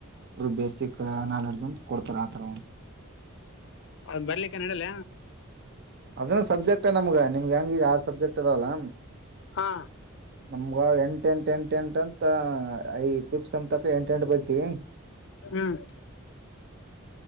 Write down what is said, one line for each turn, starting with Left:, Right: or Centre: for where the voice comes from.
Right: ಬೇಸಿಕ್ ನಾಲೆಡ್ಜ್ಂತ ಕೊಡ್ತಾರ ಆತರ
Left: ಔ ಬರ್ಲಿಕ್ಕ ನಡಲ
Right: ಅದ ಸಬ್ಜೆಕ್ಟ್ ಮ ನಮ್ಗ ನಿಮ್ಗೆ ಹೆಂಗಗ ಆರ್ ಸಬ್ಜೆಕ್ಟ್ ಅದಾವಲ್ಲ
Left: ಹಾ
Right: ನಮ್ಗ ಎಂಟ ಎಂಟು ಎಂಟ ಎಂಟ ಅಂತ ಈ ಪಿಪ್ಸಂತ ಎಂಟು ಎಂಟ ಬರ್ತೀವಿ
Left: ಹ್ಮ್